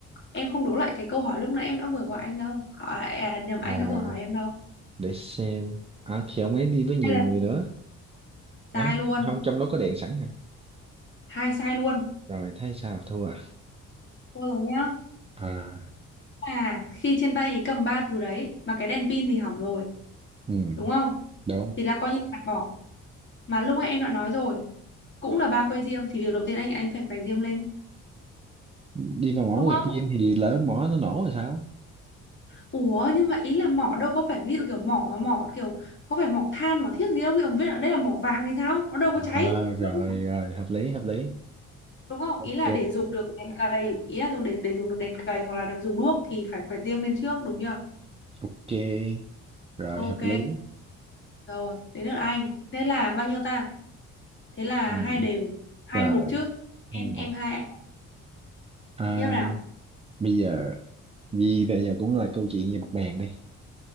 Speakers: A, on the left (about 40°); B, on the right (about 20°).
A: em không đố lại cái câu hỏi lúc nãy em đã vừa gọi anh đâu hỏi à, nhầm anh
B: à
A: đã vừa hỏi em đâu
B: để xem à thì ông ấy đi với nhiều
A: hai lần
B: người nữa à
A: sai luôn
B: không trong đó có đèn sẵn hả
A: hai sai luôn
B: rồi thấy sao thua à
A: thôi rồi nhá
B: à
A: là khi trên tay cầm ba thứ đấy mà cái đèn pin thì hỏng rồi
B: ừ
A: đúng không
B: đúng
A: thì là coi như phạt bỏ mà lúc nãy em đã nói rồi cũng là ba que diêm thì việc đầu tiên anh anh phải quay diêm lên
B: đi vào mỏ
A: đúng không
B: quẹt diêm thì lỡ mỏ nó nổ rồi sao
A: ủa nhưng mà ý là mỏ đâu có phải ví dụ kiểu mỏ mà mỏ kiểu có phải mỏ than mỏ thiếc gì đâu kiểu biết là đây là mỏ vàng thì sao nó đâu có
B: à
A: cháy
B: rồi
A: đúng
B: rồi hợp lý hợp lý
A: đúng không
B: ok
A: ý là để dùng được đèn cầy ý là dùng để để dùng được đèn cầy hoặc là dùng đuốc thì phải quẹt diêm lên trước đúng chưa
B: ok rồi
A: ok
B: hợp lý
A: rồi đến lượt anh thế là bao nhiêu ta thế là
B: ừ.
A: hai đều hai
B: rồi
A: một chứ em
B: thêm
A: em
B: một
A: hai anh một.
B: à,
A: tiếp nào
B: bây giờ gì bây giờ cũng là câu chuyện về mặt bàn đi